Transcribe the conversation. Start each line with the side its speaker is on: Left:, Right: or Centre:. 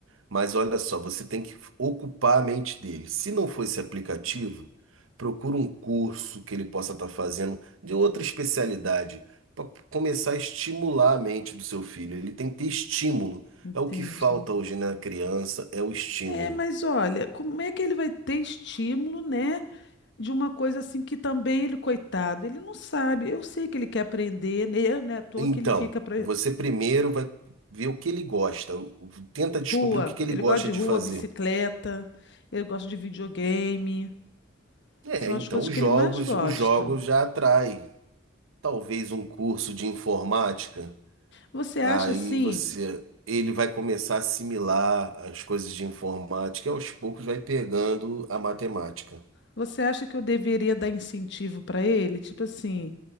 Right: Mas olha só, você tem que ocupar a mente dele. Se não for esse aplicativo, procura um curso que ele possa estar fazendo de outra especialidade, para começar a estimular a mente do seu filho. Ele tem que ter estímulo.
Left: Entendi.
Right: É o que falta hoje na criança, é o estímulo.
Left: É, mas olha, como é que ele vai ter estímulo, né? De uma coisa assim que também ele, coitado, ele não sabe. Eu sei que ele quer aprender, né? Não é à toa
Right: Então,
Left: que ele fica pra,
Right: você primeiro vai ver o que ele gosta, o- o- tenta descobrir
Left: Rua.
Right: o que que ele
Left: Ele
Right: gosta
Left: gosta de
Right: de
Left: rua,
Right: fazer.
Left: bicicleta, ele gosta de videogame.
Right: É,
Left: São as
Right: então
Left: coisas
Right: os
Left: que
Right: jogos,
Left: ele mais gosta.
Right: os jogos já atrai. Talvez um curso de informática.
Left: Você
Right: Aí
Left: acha assim?
Right: você, ele vai começar a assimilar as coisas de informática e aos poucos vai pegando a matemática.
Left: Você acha que eu deveria dar incentivo para ele? Tipo assim,